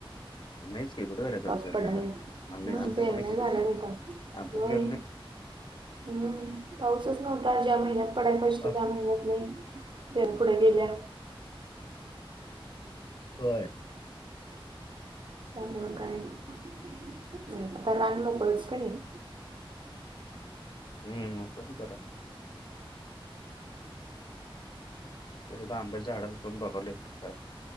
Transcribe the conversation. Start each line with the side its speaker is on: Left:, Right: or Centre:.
Left: नाहीच की कुठे झालं का
Right: पाऊस
Left: करण्याला
Right: नाही
Left: आम्ही आम्ही तर
Right: पेरण्या
Left: कुठे गेले
Right: झाल्या लोकां
Left: आपण
Right: व्हय.
Left: गेलो नाही
Right: हम्म पाऊसच नव्हता ज्या महिन्यात पडायला पाहिजत
Left: आ,
Right: त्या महिन्यात नाही. पेरणी पुढे गेल्या.
Left: होय.
Right: त्यामुळं काय नाही आता रान मोकळंच क नाही.
Left: हम्. <unintelligible> तेच आता आंब्याच्या झाडाला पण बघालोय जरा